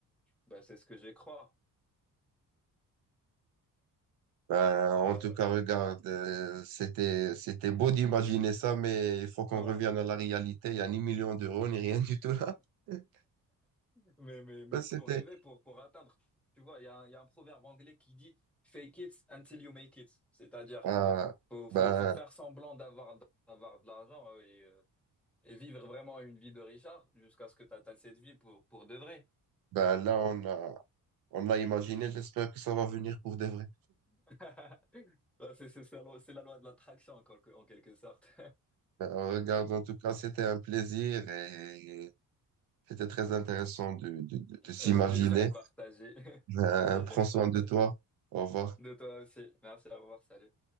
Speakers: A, in the centre; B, on the right.
A: Bah, c'est ce que j'ai crois.
B: Ben, en
A: Bah,
B: tout cas, regarde, euh, c'était, c'était beau d'imaginer ça, mais il faut qu'on
A: ah
B: revienne à la réalité. Il n'y a ni million d'euros, ni rien du tout là.
A: ouais.
B: <laughs>
A: Mais, mais, mais
B: Ben,
A: faut
B: c'était,
A: rêver pour, pour atteindre. Tu vois, il y a, un- il y a un proverbe anglais qui dit fake it until you make it. C'est-à-dire,
B: ah,
A: faut,
B: ben,
A: faut, faut faire semblant d'avoir, d'avoir de l'argent. oui, euh, Et vivre vraiment une vie de Richard jusqu'à ce que tu atteignes cette vie pour, pour de vrai.
B: ben, là, on a, on a imaginé. J'espère que ça va venir pour de vrai.
A: <laughs> Ouais, C'est c'est- c'est la loi c'est la loi de l'attraction en quelque en quelque sorte. <laughs>
B: Ben, regarde, en tout cas, c'était un plaisir et c'était très intéressant de, de, de,
A: Et
B: de s'imaginer.
A: Le plaisir est partagé. <laughs>
B: Ben,
A: Le plaisir
B: prends
A: est
B: soin
A: partagé.
B: de toi. Au revoir.
A: De toi aussi. Merci, au revoir, salut.